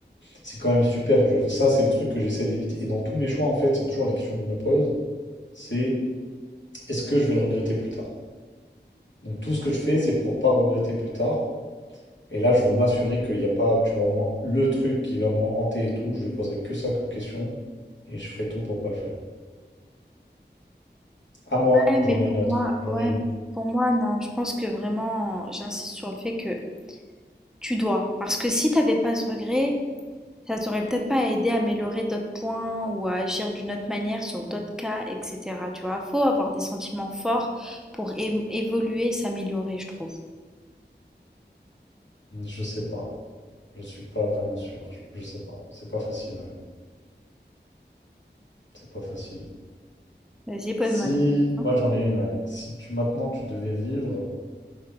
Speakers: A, on the left; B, in the centre.
A: c'est quand même super dur. Ça, c'est le truc que j'essaie d'éviter. Et dans tous mes choix, en fait, c'est toujours la question que je me pose, c'est est-ce que je vais le regretter plus tard? Donc tout ce que je fais, c'est pour pas regretter plus tard. Et là, je veux m'assurer qu'il n'y a pas, tu vois, au moins le truc qui va m'en hanter et tout. Je ne poserai que ça comme question et je ferai tout pour pas le faire. À moi,
B: Ouais, mais
A: j'en
B: pour
A: ai une autre.
B: moi,
A: J'en
B: ouais,
A: ai une.
B: mais pour moi, non, je pense que vraiment, j'insiste sur le fait que tu dois. Parce que si t'avais pas ce regret, ça t'aurait peut-être pas aidé à améliorer d'autres points ou à agir d'une autre manière sur d'autres cas, etc. Tu vois, faut avoir des sentiments forts pour é- évoluer, s'améliorer, je trouve.
A: Je sais pas. Je suis pas vraiment sûr. Je je sais pas. C'est pas facile, ouais. C'est pas facile.
B: Vas-y, pose-moi
A: Si,
B: ta question.
A: moi j'en ai une, ouais. Si tu maintenant tu devais vivre,